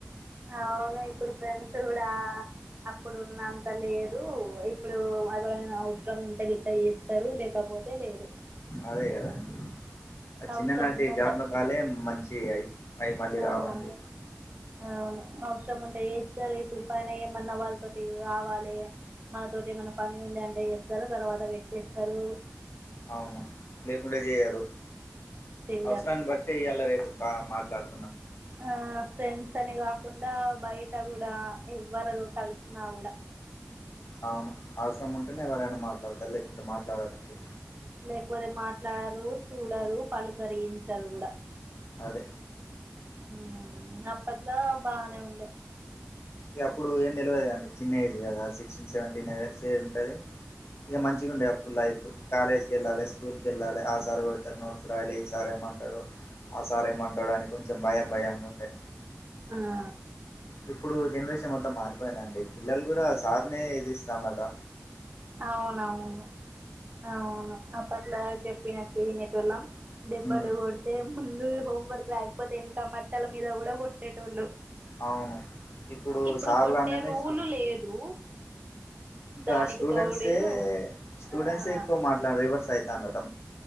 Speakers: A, on the right; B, on the left.
A: అవును ఇప్పుడు ఫ్రెండ్స్ కూడా అప్పుడున్న అంత లేదు ఇప్పుడు ఎవరైనా అవసరం ఉంటే గిట్ట చేస్తారు లేకపోతే పోతే లేదు
B: అదే కదా అండి చిన్ననాటి
A: అవసరం ఉన్నంత
B: జ్ఞాపకాలే మంచి అయి అవి మళ్ళీ రావండి
A: అవును అవును అవసరం ఉంటాయి ఏస్తారు ఇప్పుడు పైన ఏమన్నా వాళ్ళతోటి రావాలి మనతోటి ఏమైనా పని ఉంది అంటే చేస్తారు తర్వాత పెట్టేస్తారు
B: అవును లేకుంటె చేయరు
A: చెయ్యరు
B: అవసరాన్ని బట్టి ఇయ్యాలా రేపు బ మాట్లారు
A: ఆ ఫ్రెండ్స్ అనీ కా కుండా బయట కూడా ఎవ్వరు కలిసినా కూడా
B: అవును అవసరం ఉంటేనే ఎవరైనా మాట్లాడతారు లేకుంటే మాట్లాడారూ అండి
A: లేకపోతే మాట్లాడరు చూడరు పలుకరించారు కూడా
B: అదే
A: మ్మ్ అప్పట్లో బానే ఉండే
B: ఇగ అప్పుడు ఏం తేలవదు కదండి చిన్న ఏజ్ కదా sixteen seventeen hours years age ఉంటది ఇగ మంచిగా ఉండే అప్పుడు లైఫ్ కాలేజ్ కి వెళ్ళాలి స్కూల్ క వెళ్ళాలి ఆ సార్ కొడతారు నోర్స్ రాయాలే ఈ సార్ ఏమంటాడో ఆ సార్ ఏమంటాడో అని కొంచెం భయం భయంగా ఉండే
A: ఆ
B: ఇప్పుడు జనరేషన్ మొత్తం మారిపోయిన అండి పిల్లలు కూడా సార్నే ఎదిరిఇస్తారన్నరట
A: అవునవును అవును అప్పట్ల చెప్పినట్ట వినేటోళ్ళం వాళ్ళం దెబ్బలు
B: ఉమ్
A: కొడితే ముందు హోమ్ వర్క్రాయకపోతే ఇంకా మట్టల మీద కూడా కొట్టేటోళ్ళు.
B: అవును
A: ఇప్పుడు
B: సార్లు
A: కొట్టే
B: అననే
A: రూలు
B: స్టు-
A: లేదు.
B: ఇంకా
A: దానికి
B: స్టూడెంట్సే
A: తోడు
B: స్టూడెంట్సే
A: ఆ
B: ఎక్కువ మాట్లాడి రివర్స్ అయితాన్నారట.